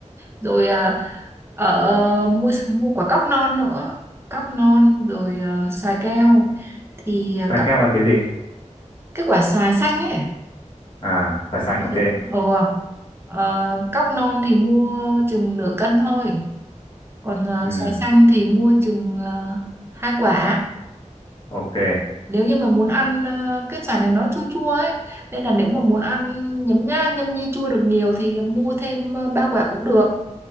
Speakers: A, on the right; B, on the left.
A: Rồi à, ở ờ, mua mua quả cóc non nữa. Cóc non rồi à, xoài keo. Thì à,
B: cái
A: cóc
B: keo là cái gì
A: cái quả xoài xanh ấy
B: à là xanh
A: Bạch
B: ok
A: Ừ. Ờ, cóc non thì mua chừng nửa cân thôi. Còn ờ,
B: ừ
A: xoài xanh thì mua chừng ờ, hai quả.
B: ok
A: Nếu như mà muốn ăn ờ, cái xoài này nó chua chua ấy, nên là nếu mà muốn ăn nhấm nha nhâm nhi chua được nhiều thì mua thêm ờ, ba quả cũng được.